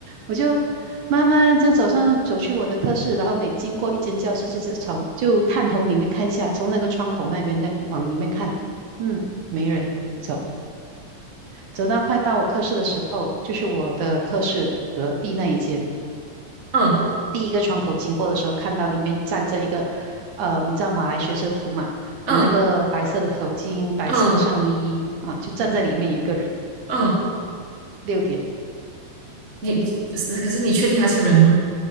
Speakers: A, on the right; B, on the right.
A: 我就慢慢这样走上走去我的课室，然后每经过一间教室就，就是从就探头里面看一下，从那个窗口那边这样往里面看，嗯，没人。走。走到快到我课室的时候，就是我的课室隔壁那一间，
B: 嗯
A: 第一个窗口经过的时候，看到里面站着一个，嗯，叫马来学生服嘛，
B: 嗯
A: 有那个白色的头巾、白色的上衣啊，
B: 嗯
A: 就站在里面有一个人，
B: 嗯，
A: 六点。
B: 你是可是你确定他是人吗？